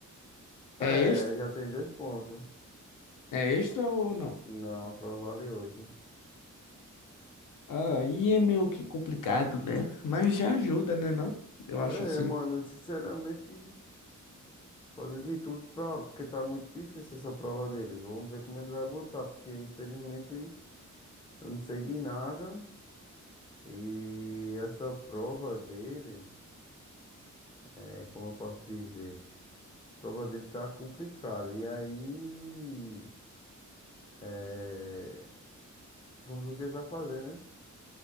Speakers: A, on the left (about 15°); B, on the left (about 80°).
A: É,
B: É extra?
A: já tem dois pontos.
B: É extra ou não?
A: Não, a prova vale oito
B: Ah, e é meio que complicado, né? Mas já ajuda, né, não? Eu acho
A: É,
B: assim.
A: mano, eu sinceramente, fazer de tudo pra. Porque tá muito difícil essa prova dele. Vamos ver como ele vai botar, porque infelizmente eu não sei de nada. E essa prova dele, é, como eu posso dizer? A prova dele tá complicada. E aí. É... Vamos ver o que ele vai fazer, né?